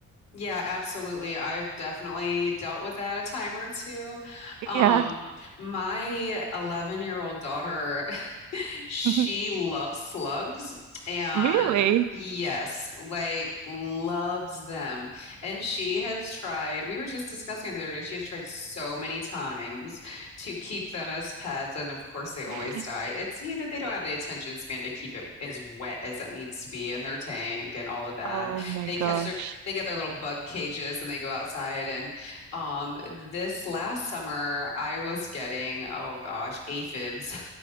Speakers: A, on the left (about 60°); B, on the right (about 70°).
A: Yeah, absolutely. I've definitely dealt with that a time or two. Um,
B: Yeah,
A: my 11-year-old daughter, <laughs> she
B: <laughs>
A: loves slugs and
B: really.
A: yes, like loves them. And she has tried, we were just discussing it the other day, she has tried so many times to keep them as pets. And of course, they always
B: <laughs>
A: die. It's, you know, they don't have the attention span to keep it as wet as it needs to be in their tank and all of that.
B: Oh my
A: They
B: gosh.
A: catch their they get their little bug cages and they go outside. And um, this last summer, I was getting, oh gosh, aphids